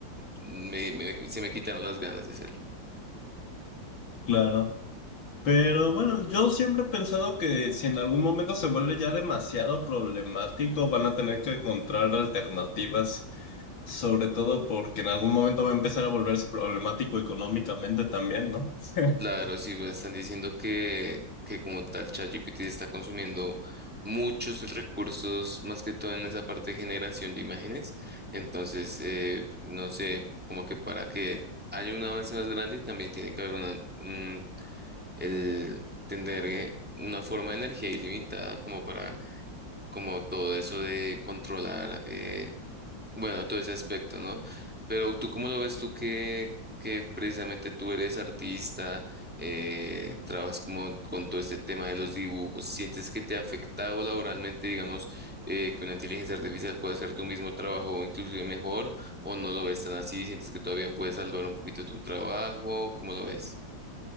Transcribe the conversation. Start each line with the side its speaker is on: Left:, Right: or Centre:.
Centre: mm, me- me- se me quitaron las ganas de hacerlo.
Left: Claro. Pero bueno, yo siempre he pensado que si en algún momento se vuelve ya demasiado problemático, van a tener que encontrar alternativas, sobre todo porque en algún momento va a empezar a volverse problemático económicamente también, ¿no? <laughs>
Centre: Claro, si me están diciendo que, que como tal ChatGPT está consumiendo muchos recursos, más que todo en esa parte de generación de imágenes, entonces, eh, no sé, como que para que haya un avance más grande, también tiene que haber una- el tener eh, una forma de energía ilimitada como para, como todo eso de controlar, eh, bueno, todo ese aspecto, ¿no? Pero tú, ¿cómo lo ves tú que, que precisamente tú eres artista, eh, trabajas como con todo este tema de los dibujos? ¿Sientes que te ha afectado laboralmente, digamos, eh, que una inteligencia artificial pueda hacer tu mismo trabajo inclusive mejor o no lo ves tan así? ¿Sientes que todavía puedes salvar un poquito tu trabajo? ¿Cómo lo ves?